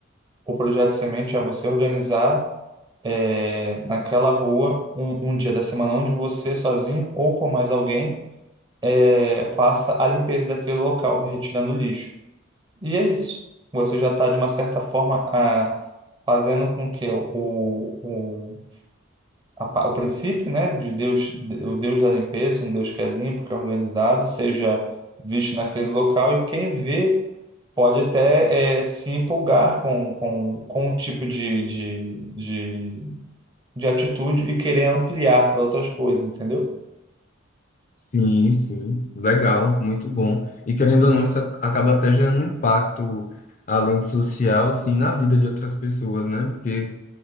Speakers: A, on the right; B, on the left.
A: o projeto de semente é você organizar é, naquela rua um, um dia da semana onde você sozinho ou com mais alguém é, faça a limpeza daquele local, retirando o lixo. E é isso. Você já está, de uma certa forma, a, fazendo com que o, o, a pa- o princípio, né, de Deus, o Deus da limpeza, um Deus que é limpo, que é organizado, seja visto naquele local e quem vê pode até eh, se empolgar com, com, com o tipo de, de, de de atitude e querer ampliar para outras coisas, entendeu?
B: Sim, sim. Legal, muito bom. E querendo ou não, isso a- acaba até gerando um impacto, além de social, assim, na vida de outras pessoas, né? Porque